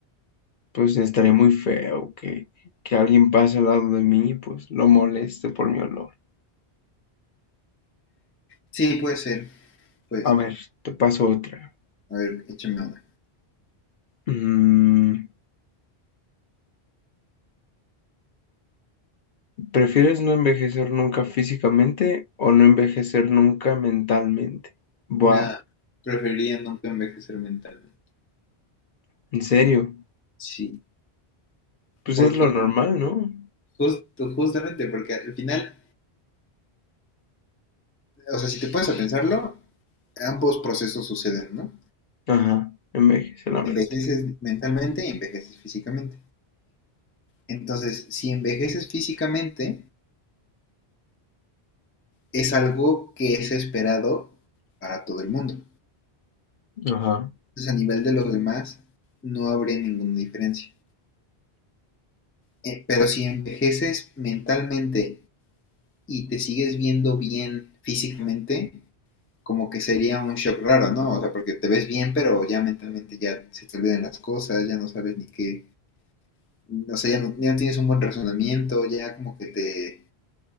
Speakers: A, on the left; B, on the left.
A: pues estaría muy feo que, que alguien pase al lado de mí y pues lo moleste por mi olor.
B: Sí, puede ser, puede
A: A
B: ser.
A: ver, te paso otra.
B: A ver, échame una.
A: Mm, ¿Prefieres no envejecer nunca físicamente o no envejecer nunca mentalmente? Buah,
B: Nah, preferiría nunca envejecer mentalmente.
A: ¿en serio?
B: Sí,
A: Pues
B: porque
A: es lo normal, ¿no?
B: jus- justamente, porque al final, o sea, si te pones a pensarlo, ambos procesos suceden, ¿no?
A: Ajá, envejece la mente.
B: Envejeces mentalmente y envejeces físicamente. Entonces, si envejeces físicamente, es algo que es esperado para todo el mundo.
A: Ajá,
B: Entonces, a nivel de los demás, no habría ninguna diferencia. Eh, pero si envejeces mentalmente y te sigues viendo bien físicamente, como que sería un shock raro, ¿no? O sea, porque te ves bien, pero ya mentalmente ya se te olvidan las cosas, ya no sabes ni qué mm, o sea, ya no, ya no tienes un buen razonamiento, ya como que te...